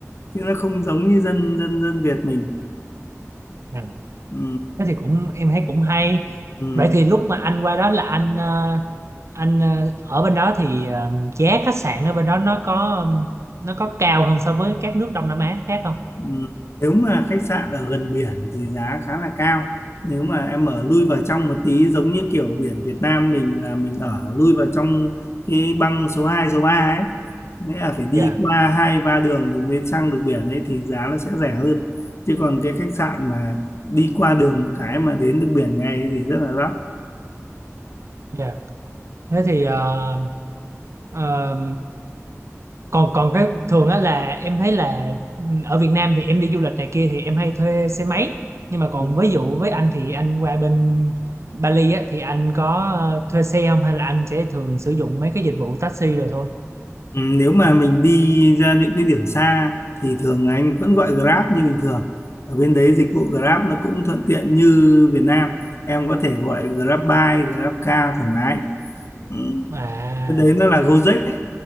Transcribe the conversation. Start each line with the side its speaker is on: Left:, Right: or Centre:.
Left: chứ nó không giống như dân dân dân Việt mình
Right: à,
Left: ừ.
Right: thế thì cũng em thấy cũng hay
Left: Ừ.
Right: vậy thì lúc mà anh qua đó là anh ờ, anh ờ, ở bên đó thì ờ, giá khách sạn ở bên đó nó có ừm, nó có cao hơn so với các nước Đông Nam Á khác không?
Left: Ừm, Nếu mà khách sạn ở gần biển thì giá khá là cao. Nếu mà em ở lui vào trong một tí giống như kiểu biển Việt Nam mình là mình ở lui vào trong cái băng số 2 số 3 ấy. Nghĩa là phải đi
Right: Dạ,
Left: qua hai ba đường thì mới sang được biển ấy thì giá nó sẽ rẻ hơn. Chứ còn cái khách sạn mà đi qua đường một cái mà đến được biển ngay ấy thì rất là đắt.
Right: dạ. Thế thì ờ, ờ, còn còn cái thường á là em thấy là ừ, ở Việt Nam thì em đi du lịch này kia thì em hay thuê xe máy nhưng mà còn
Left: Ừm.
Right: ví dụ với anh thì anh qua bên Bali á thì anh có ờ, thuê xe không hay là anh sẽ thường sử dụng mấy cái dịch vụ taxi rồi thôi
Left: Ừ, nếu mà mình đi ra những cái điểm xa thì thường là anh vẫn gọi Grab như bình thường ở bên đấy dịch vụ Grab nó cũng thuận tiện như Việt Nam em có thể gọi Grab Bike, Grab Car thoải mái ừ.
Right: à
Left: cái đấy nó là Gojek ấy.